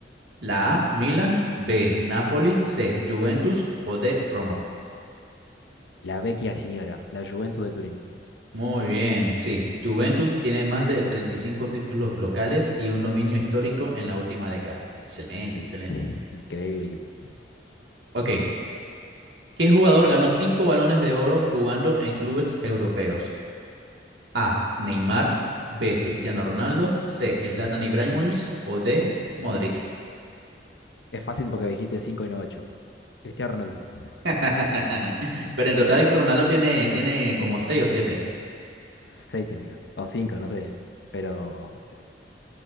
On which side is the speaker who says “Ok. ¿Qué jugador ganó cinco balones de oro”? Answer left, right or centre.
Right